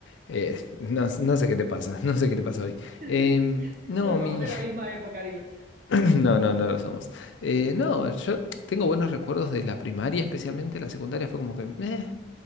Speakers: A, on the left; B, on the right.
A: Eh, no, no sé qué te pasa, <laughs> no sé qué te pasa hoy.
B: <laughs>
A: Em, no,
B: No somos
A: mi...
B: de la
A: <clears throat>
B: misma época, dilo.
A: No, no, no lo somos. Eh, no, yo tengo buenos recuerdos de la primaria, especialmente la secundaria fue como que... "Eh".